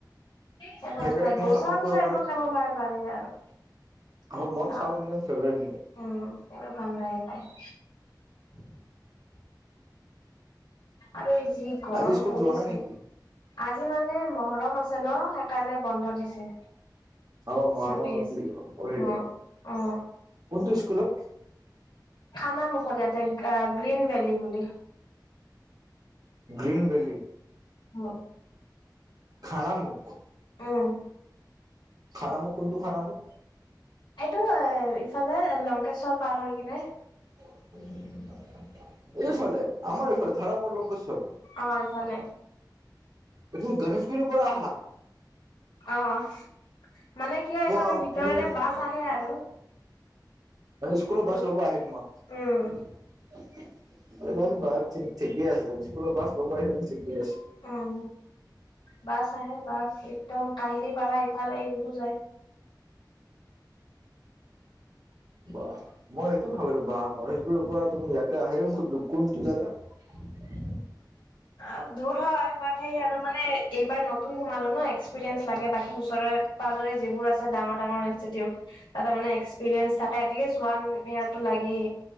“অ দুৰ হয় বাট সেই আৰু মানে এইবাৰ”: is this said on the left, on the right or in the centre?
Left